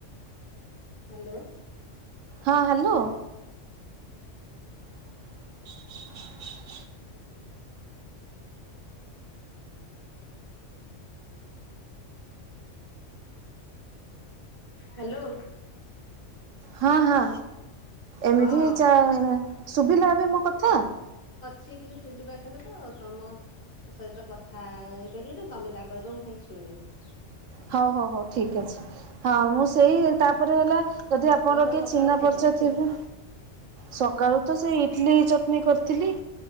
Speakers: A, on the left; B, on the right.
A: ହାଲୋ।
B: ହଁ ହାଲୋ। <inaudible>
A: ହାଲୋ।
B: ହଁ ହଁ। ଏମିତି
A: ହଁ
B: ଚା ଶୁଭିଲା ଏବେ ମୋ କଥା।
A: ଛି ଟିକି ଚୁଲିିପା ଖରେ ତ ତମ ସହିତ କଥା ହେଇପାରିବି ନା ତମେ ଯାହା କହିବ ମୁଁ ଖାଲି ଶୁଣିବି।
B: ହୋଉ ହୋଉ ହୋଉ ଠିକ ଅଛି ହଁ ମୁଁ ସେଇ ତା ପରେ ହେଲା ଯଦି ଆପଣର
A: କଣ ସବୁ
B: କିଏ
A: ସକାଳୁ
B: ଚିହ୍ନା
A: ଖାଇଛ?
B: ପରିଚୟ ଥିବେ ସକାଳୁ ତ ସେ ଇଟିଲି କରିଥିଲି।